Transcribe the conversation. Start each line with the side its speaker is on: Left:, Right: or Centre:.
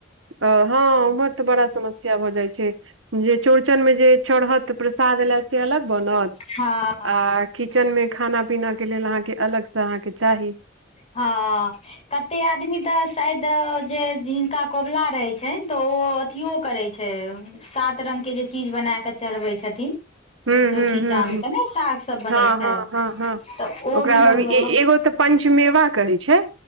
Right: अ हँ उम्हर तऽ बड़ा समस्या भऽ जाय छै जे चौड़चन में जे चढ़त प्रसाद लए से अलग बनत
Left: हँ
Right: आर किचन मे खाना पीना के लेल अहाँके अलग से अहाँके चाही।
Left: हँ। कते आदमी तऽ शायद जे जिनका कोबला रहै छनि तऽ ओ अथिओ करे छै सात रंग के जे चीज बना के चढ़बे छथिन।
Right: हूँ
Left: चौठी
Right: हूँ हूँ
Left: चाँद
Right: हूँ
Left: के नै साग सब बनै
Right: हँ
Left: छै
Right: हँ हँ हँ
Left: तऽ ओ
Right: ओकरा
Left: भी बनबै
Right: अभी ए- एगो तऽ पंच मेवा कहै छै